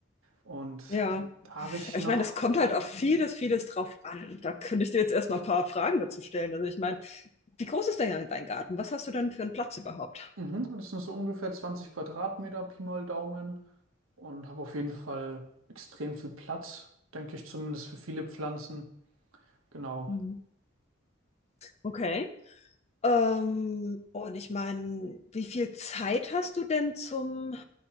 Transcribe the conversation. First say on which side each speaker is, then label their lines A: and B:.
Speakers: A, on the right (about 80°); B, on the left (about 30°).
A: Und
B: Ja,
A: da habe ich
B: ich
A: noch,
B: meine, es kommt halt auf vieles, vieles drauf an. Da könnte ich dir jetzt erstmal ein paar Fragen dazu stellen. Also ich meine, wie groß ist denn dein Garten? Was hast du denn für einen Platz überhaupt?
A: mhm, das sind so ungefähr 20 Quadratmeter, Pi mal Daumen, und habe auf jeden Fall extrem viel Platz, denke ich zumindest für viele Pflanzen. Genau.
B: Hm. Okay. Ähm, und ich meine, wie viel Zeit hast du denn zum